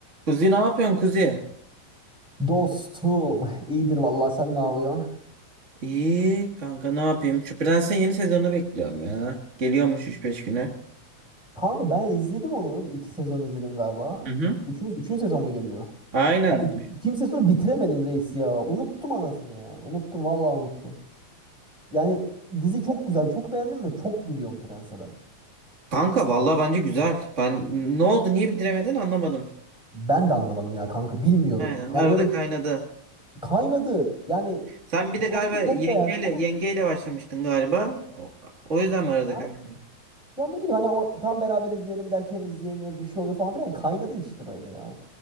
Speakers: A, on the right; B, in the centre.
A: Kuzi ne yapıyorsun Kuzi?
B: Dostum iyidir vallahi sen ne yapıyorsun?
A: İyi kanka ne yapayım? Şu Prens'in yeni sezonunu bekliyorum ya. Geliyormuş üç beş güne.
B: Kanka ben izledim onu. Bir iki sezon izledim galiba.
A: Hı hı.
B: Üçüncü, üçüncü sezon mu geliyor?
A: Aynen.
B: Ya iki, ikinci sezonu bitiremedim reis ya. Unuttum anasını ya. Unuttum vallahi unuttum. Yani dizi çok güzel. Çok beğendim ve çok gülüyorum Prens'e ben.
A: Kanka vallahi bence güzel. Ben ne oldu niye bitiremedin anlamadım.
B: Ben de anlamadım ya kanka bilmiyorum.
A: He, arada
B: Yani böyle
A: kaynadı.
B: kaynadı. Yani
A: Sen bir de
B: çok-
A: galiba
B: aslında
A: yengeyle
B: çok beğendim ama.
A: yengeyle başlamıştın galiba. O, o yüzden mi arada
B: Ha?
A: kaynadı?
B: Ya ne bileyim hani o, tam beraber izleyelim derken izleyemiyoruz bir şey oluyor falan filan. Yani Kaynadı işte böyle ya.